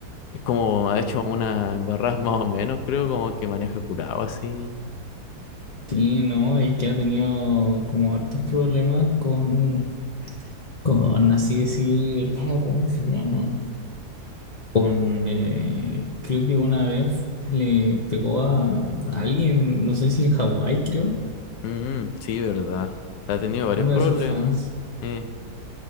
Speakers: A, on the left (about 75°); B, on the left (about 45°).
A: es como ha hecho una embarrada <laughs> más o menos, creo, como que maneja curado así.
B: Sí, no, y que ha tenido como hartos problemas con, con así decir, ah, ¿cómo se llama? Con, eh, creo que una vez le pegó a alguien, no sé si en Hawái, creo,
A: Mm, sí, verdad. Ha tenido varios
B: a uno
A: problemas.
B: de sus fans.
A: eh,